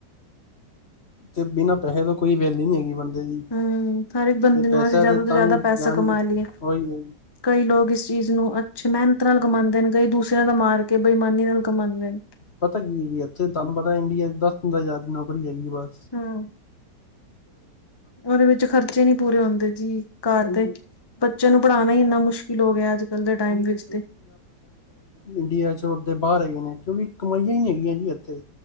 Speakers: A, on the left; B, on the left.
A: ਤੇ ਬਿਨਾਂ ਪੈਸੇ ਤੋਂ ਕੋਈ ਵੈਲਿਊ ਨਹੀਂ ਹੈਗੀ, ਬਣ ਜੀ,
B: ਹਮ ਹਰ ਇੱਕ ਬੰਦੇ
A: ਇਹ
B: ਨੂੰ
A: ਪੈਸਾ
B: ਅਸੀਂ ਜ਼ਿਆਦਾ
A: ਦੇ
B: ਤੋਂ
A: ਤਾਂ
B: ਜ਼ਿਆਦਾ
A: ਹੀ
B: ਪੈਸਾ
A: ਜਾਣਗੇ
B: ਕਮਾ ਲਈਏ
A: ਉਹੀ।
B: ਕਈ ਲੋਕ ਇਸ ਚੀਜ਼ ਨੂੰ ਅੱਛੇ ਮਿਹਨਤ ਨਾਲ ਕਮਾਉਂਦੇ ਨੇ, ਕਈ ਦੂਸਰਿਆਂ ਦਾ ਮਾਰ ਕੇ ਬੇਈਮਾਨੀ ਨਾਲ ਕਮਾਂਉਦੇ ਨੇ।
A: ਪਤਾ ਕੀ, ਇੱਥੇ ਤੁਹਾਨੂੰ ਪਤਾ ਇੰਡੀਆ ਦਸ ਪੰਦਰਾ ਹਜ਼ਾਰ ਦੀ ਨੌਕਰੀ ਹੈਗੀ ਬਾਹਰ
B: ਹਮ ਉਹਦੇ ਵਿੱਚ ਖਰਚੇ ਨੀ ਪੂਰੇ ਹੁੰਦੇ ਜੀ, ਘਰ ਦੇ ਬੱਚਿਆਂ ਨੂੰ ਪੜ੍ਹਾਉਣਾ ਹੀ ਇੰਨਾ ਮੁਸ਼ਕਿਲ ਹੋ ਗਿਆ, ਅੱਜ ਕੱਲ ਦੇ ਟਾਈਮ ਵਿੱਚ ਤੇ
A: ਇੰਡੀਆ ਤੋਂ ਜਾਦਾ ਬਾਹਰ ਹੈਗੇ ਨੇ, ਕਿਉਂਕਿ ਕਮਾਈਆਂ ਹੀ ਨਹੀਂ ਹੈਗੀਆਂ ਜੀ ਇੱਥੇ।